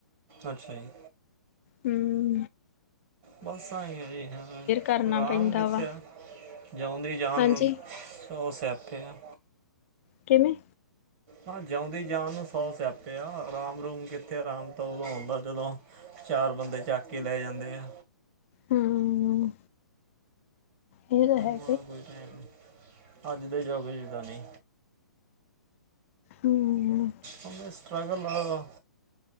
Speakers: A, on the right; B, on the left.
A: ਅੱਛਾ ਜੀ।
B: ਹਮ
A: ਬਸਾਂ ਆਈ ਆ ਜੀ ਹਨਾ
B: ਕਰਨਾ
A: ਫਿਰ, ਰਾਮ
B: ਪੈਂਦਾ
A: ਕਿੱਥੇ
B: ਵਾ
A: ਆ। ਜਉਂਦੀ ਜਾਣ
B: ਹਾਂਜੀ
A: ਨੂੰ ਸੌ ਸਿਆਪੇ ਆ।
B: ਕਿਵੇਂ?
A: ਮਖਾ ਜਉਂਦੀ ਜਾਣ ਨੂੰ ਸੌ ਸਿਆਪੇ ਆ, ਰਾਮ- ਰੂਮ ਕਿੱਥੇ ਰਾਮ ਤਾਂ ਉਦੋਂ ਆਉਂਦਾ ਜਦੋਂ ਚਾਰ ਬੰਦੇ ਚੱਕ ਕੇ ਲੈ ਜਾਂਦੇ ਆ।
B: ਹੂੰਉਉਉ ਇਹ ਤੇ ਹੈ।
A: ਆਹ ਬੈਠੇ <inaudible> ਅੱਜ ਦੇ ਯੁੱਗ ਵਿੱਚ ਤਾਂ ਨੀ
B: ਹਮ
A: ਹੁਣ ਤੇ ਸਟਰਗਲ ਅ,